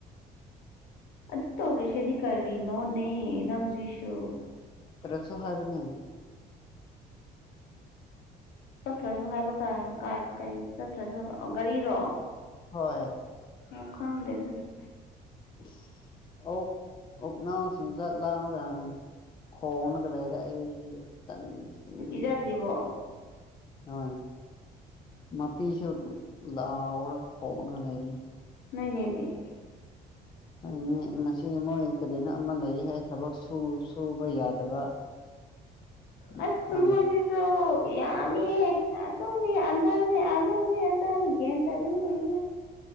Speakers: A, on the left (about 85°); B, on the left (about 30°).
A: ꯑꯗꯨ ꯇꯧꯔꯤꯁꯤꯗꯤ ꯀꯔꯤꯅꯣꯅꯦ ꯅꯪ ꯁꯤꯁꯨ
B: ꯁꯨ ꯍꯥꯏꯕꯅꯦ
A: ꯆꯠꯇ꯭ꯔꯁꯨ ꯍꯥꯏꯕ ꯀ <unintelligible> ꯀꯩ ꯆꯠꯇ꯭ꯔꯁꯨ ꯍꯥꯏꯕ ꯑꯣ ꯒꯥꯔꯤꯔꯣ
B: ꯍꯣꯏ
A: ꯑꫭ ꯈꯪꯗꯦ ꯑꯗꯨꯗꯤ
B: ꯏꯁ ꯑꯣꯛ ꯑꯣꯛꯅꯥꯎꯁꯤꯡ‌ ꯆꯥꯛ ꯂꯥꯝꯃꯒ ꯈꯣꯡꯂꯒ ꯂꯩꯔꯦ ꯑꯩꯁꯤ ꯇꯟꯗꯤ ꯇꯟꯕꯅꯤ
A: ꯄꯤꯖꯗ꯭ꯔꯤꯕꯣ
B: ꯍꯣꯏ ꯃꯄꯤꯁꯨ ꯂꯥꯎꯔꯒ ꯈꯣꯡꯂꯒ ꯂꯩꯔꯦꯅꯦ
A: ꯅꯣꯏ ꯅꯦꯗꯤ
B: ꯈꯣꯏ ꯏꯅꯦ ꯉꯁꯤ ꯃꯣꯏ ꯀꯔꯤꯅꯣ ꯑꯃ ꯂꯩꯌꯦ ꯍꯥꯏ ꯊꯕꯛ ꯁꯨ ꯁꯨꯕ ꯌꯥꯗꯕ <inaudible> <unintelligible>
A: ꯑꯁ ꯃꯣꯏꯁꯤꯁꯨ ꯌꯥꯝꯃꯤꯍꯦ ꯑꯗꯨꯅꯦ ꯑꯗꯥꯅꯦ ꯑꯗꯨꯅꯦ ꯑꯗꯥꯅꯤ ꯒ꯭ꯌꯥꯟ ꯇꯥꯗꯦꯅꯦ <unintelligible>